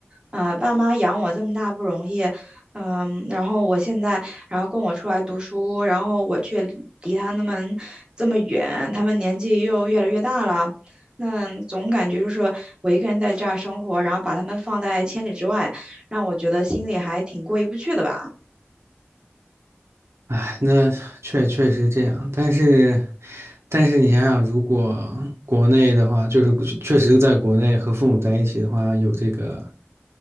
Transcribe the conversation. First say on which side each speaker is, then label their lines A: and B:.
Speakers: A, on the right; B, on the right.
A: 呃，爸妈养我这么大不容易，嗯，然后我现在然后供我出来读书，然后我却离他那么这么远，他们年纪又越来越大了，那总感觉就是我一个人在这儿生活，然后把他们放在千里之外。让我觉得心里还挺过意不去的吧。
B: 哎，那确确实这样，但是，但是你想想，如果国内的话，就是确实在国内和父母在一起的话，有这个